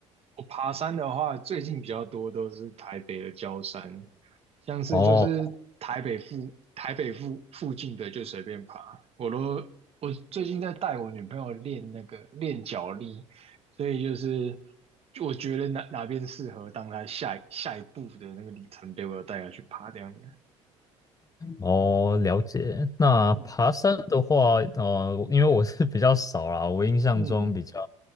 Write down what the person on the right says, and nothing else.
我爬山的话，最近比较多都是台北的郊山，像是就是台北附台北附附近的就随便爬。
我都我最近在带我女朋友练那个练脚力，所以就是我觉得哪哪边适合当她下一下一步的那个里程碑，我要带她去爬这样的。
嗯
嗯